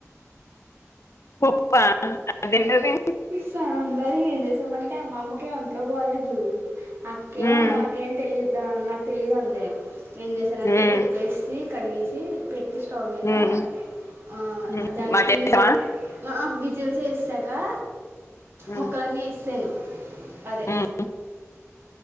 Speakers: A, on the left; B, on the right.
A: పొప్పా అదేంది అది
B: సాంబార్ ఏం చేసామంటే అమ్మమ్మకి ఒంట్లో బాగాలేదు అక్కేమో
A: ఉమ్,
B: దానికేం తెలిదు దా నాకు తెలిదంది ఏం చేసానంటే
A: ఉమ్,
B: పప్పేసి కడిగేసి పెట్ స్టవ్ మీద
A: ఉమ్,
B: ఆ
A: ఉమ్,
B: దానికి
A: మార్చేసావా
B: విజిల్ ఆ విజిల్ చే శకా
A: ఉమ్,
B: మొక్కలన్నీ వేస్తాను అదే
A: ఉమ్,